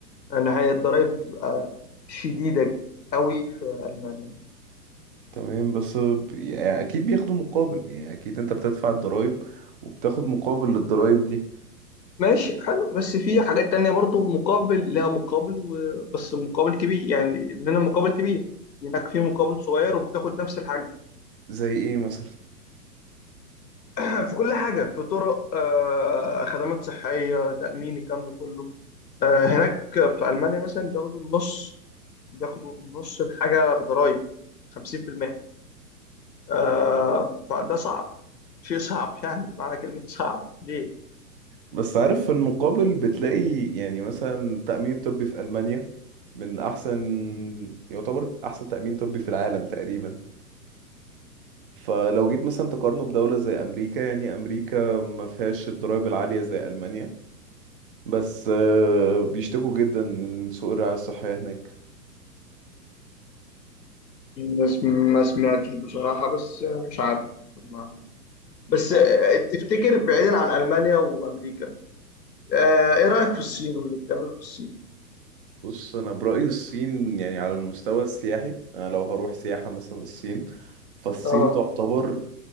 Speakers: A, on the left; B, on the right.
A: لان هي الضرايب بتبقى شديدة قوي في المانيا
B: تمام بس ب- يعني اكيد بياخدوا مقابل يعني اكيد انت بتدفع الضرايب وبتاخد مقابل للضرايب دي
A: ماشي حلو بس في حاجات تانية برضو مقابل لها مقابل و... بس مقابل كبير يعني إننا مقابل كبير هناك في مقابل صغير وبتاخد نفس الحاجة
B: زي ايه مثلا
A: <clears throat> في كل حاجة في طرق آه، خدمات صحية تأمين الكلام ده كله آه، هناك في ألمانيا مثلا بياخدوا النص بياخدوا نص الحاجة ضرايب 50% آه، فده صعب شيء صعب يعني معنى كلمة صعب ليه؟
B: بس عارف في المقابل بتلاقي يعني مثلا التأمين الطبي في ألمانيا من أحسن يعتبر أحسن تأمين طبي في العالم تقريبا فلو جيت مثلا تقارنه بدولة زي أمريكا يعني أمريكا ما فيهاش الضرايب العالية زي ألمانيا بس آه، بيشتكوا جدا من سوء الرعاية الصحية هناك
A: ما سم- ما سمعتش بصراحة بس مش عارف ما بس
B: آه،
A: آه، تفتكر بعيدا عن ألمانيا وأمريكا آه، إيه رأيك في الصين واللي بتعمله في الصين؟
B: بص أنا برأيي الصين يعني على المستوى السياحي أنا لو هروح سياحة مثلا الصين فالصين
A: آه
B: تعتبر